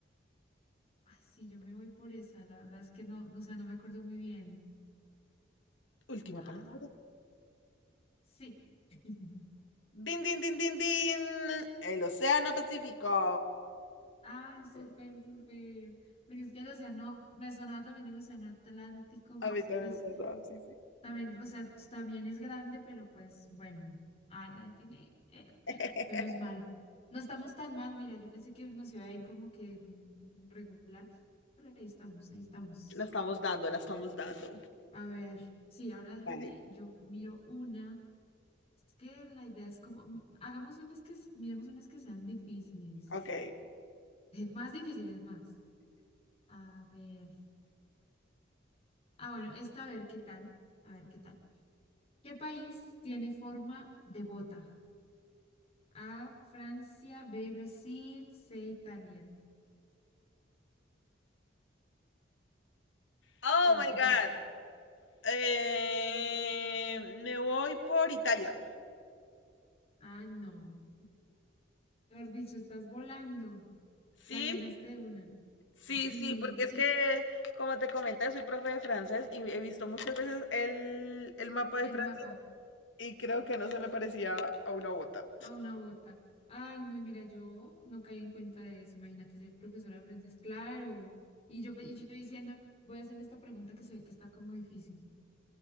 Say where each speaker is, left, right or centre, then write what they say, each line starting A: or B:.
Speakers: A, on the left (about 35°); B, on the left (about 85°).
A: Ay, sí, yo me voy por esa, la verdad es que no, no, o sea, no me acuerdo muy bien.
B: Última
A: Ah,
B: palabra.
A: sí. <laughs>
B: Din, din, din, din, din. El océano Pacífico.
A: Ay, súper, súper. Porque es que el océano, me sonaba también el océano Atlántico, porque
B: A mí
A: ese
B: también
A: pues
B: me pasó, sí, sí.
A: también, o sea, también es grande, pero pues bueno, ay, la tiene,
B: <laughs>
A: menos mal. No estamos tan mal, mira, yo pensé que nos iba a ir como que mm, regular, pero ahí estamos, ahí estamos.
B: La estamos dando, la estamos dando.
A: A ver, sí, ahora déjame,
B: Vale,
A: yo miro una. Es que la idea es como, mm, hagamos unas que, s- miremos unas que sean difíciles.
B: ok.
A: <laughs> Más difíciles, más. A ver. Ah, bueno, esta a ver qué tal. A ver qué tal. ¿Qué país tiene forma de bota? A, Francia, B, Brasil, C, Italia.
B: Oh
A: ¿Cuál
B: my
A: te
B: God.
A: parece?
B: Eh, me voy por Italia.
A: Ah, no. Mejor dicho, estás volando.
B: Sí,
A: La adivinaste de una.
B: sí,
A: Sí,
B: sí, porque es que, como te comenté, soy profe de francés y he visto muchas veces el, el mapa
A: <laughs> el
B: de Francia
A: mapa
B: y creo que no se me parecía a una bota.
A: a una bota. Ay, no, y mira, yo no caí en cuenta de eso. Imagínate ser profesora de francés, claro. Y yo, pe- y yo diciendo, voy a hacerle esta pregunta que se ve que está como difícil.